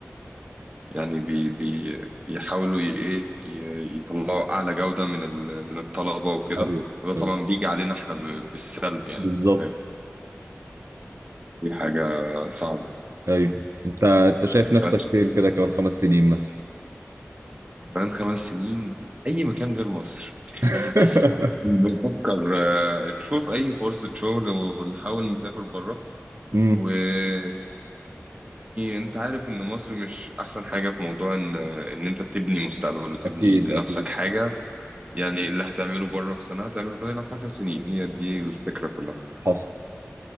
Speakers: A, on the right (about 25°); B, on the right (about 75°).
A: يعني بي بي بيحاولوا ي- ايه ي- يطلعوا اعلى جودة من ال- من الطلبة وكده
B: ايوه
A: وده طبعا
B: ايوه
A: بيجي علينا احنا ب- بالسلب يعني
B: بالظبط
A: انت فاهم دي حاجة صعبة
B: ايوه انت انت شايف نفسك
A: بس
B: فين كده كمان خمس سنين مثلا
A: كمان خمس سنين اي مكان غير مصر
B: <laughs>
A: <laughs> بنفكر آه، نشوف اي فرصة شغل ونحاول نسافر بره
B: امم
A: ويعني انت عارف ان مصر مش احسن حاجة في موضوع ان ان انت تبني مستقبل وتبني
B: اكيد
A: لنفسك
B: اكيد
A: حاجة يعني اللي هتعمله بره في سنة هتعمله هنا في 10 سنين هي دي الفكرة كلها
B: حصل